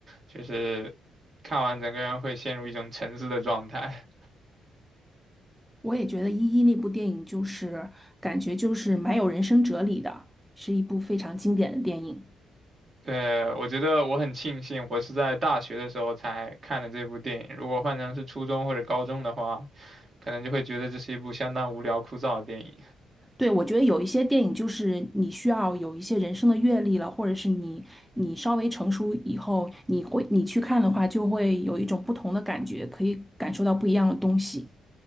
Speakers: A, on the right; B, in the centre.
A: 就是看完整个人会陷入一种沉思的状态。
B: 我也觉得《一一》那部电影就是感觉就是蛮有人生哲理的，是一部非常经典的电影。
A: 对，我觉得我很庆幸，我是在大学的时候才看的这部电影。如果换成是初中或者高中的话，可能就会觉得这是一部相当无聊枯燥的电影。
B: 对，我觉得有一些电影就是你需要有一些人生的阅历了，或者是你你稍微成熟以后，你会你去看的话，就会有一种不同的感觉，可以感受到不一样的东西。